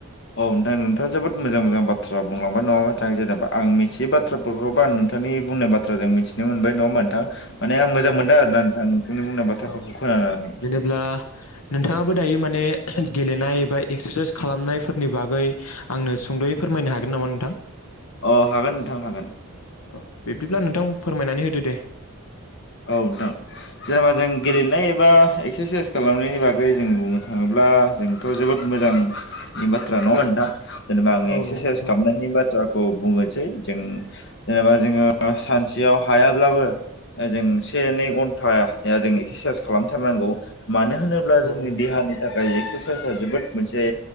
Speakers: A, on the left; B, on the left.
A: औ नोंथां नोंथाङा जोबोद मोजां मोजां बाथ्रा बुंलांबाय नङाबा नथाङा जेनेबा आं मिथियै बाथ्राफोरखौबा आं नोंथांनि बुंनाय बाथ्राजों मिथिनो मोनबाय नङा होनबा बा नोंथाङा माने आं मोजां
B: औ
A: मोनदों आरोना नोंथां नोंथांनि बुंनाय बाथ्राफोरखौ
B: औ
A: खोनानानै
B: जेनेब्ला नोंथाङाबो दायो माने गेलेनाय एबा एक्सारसाइस खालामनायफोरनि बागै आंनो सुंदयै फोरमायनो हागोन नामा ना नोंथां
A: अ हागोन नोंथां हागोन
B: अ बिब्दिब्ला नोंथां फोरमायनानै होदो दे
A: औ नोंथां जेनेबा जों गेलेनाय एबा एक्सारसाइस खालामनायनि बागै जों बुंनो थाङोब्ला जोंथ' जोबोद मोजां नि बाथ्रा नङा नोंथां जेनेबा आङो
B: औ
A: एक्सारसाइस
B: नंगौ नोंथां
A: खालामनायनि
B: औ
A: बाथ्राखौ बुंनो सै जों जेनेबा जोङो सानसेयाव हायाब्लाबो जों से नै घन्टाया जों एक्सारसाइस खालामथारनांगौ मानो होनोब्ला जोंनि
B: औ
A: देहानि थाखाय एक्सारसाइसआ जोबोद मोनसे